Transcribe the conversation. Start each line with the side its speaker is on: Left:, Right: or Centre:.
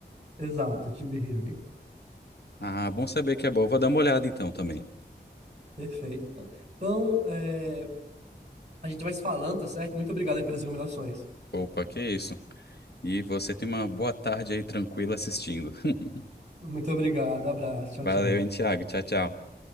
Right: Exato, To Be Hearing.
Left: Ah, bom saber que é boa. Vou dar uma olhada então também.
Right: Perfeito, então. Então, é, a gente vai se falando, tá certo? Muito obrigado aí pelas recomendações.
Left: Opa, que isso. E você tem uma boa tarde aí tranquila assistindo. <laughs>
Right: Muito obrigado, abraço, tchau,
Left: Valeu,
Right: tchau.
Left: hein, Thiago. Tchau, tchau.